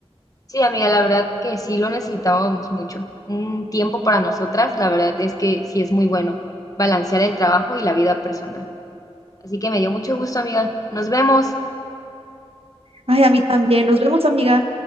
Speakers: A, on the left (about 30°); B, on the right (about 60°).
A: Sí, amiga, la verdad que sí lo necesitábamos mucho. Un tiempo para nosotras, la verdad es que sí es muy bueno balancear el trabajo y la vida personal. Así que me dio mucho gusto, amiga. Nos vemos.
B: Ay, a mí también. Nos vemos, amiga.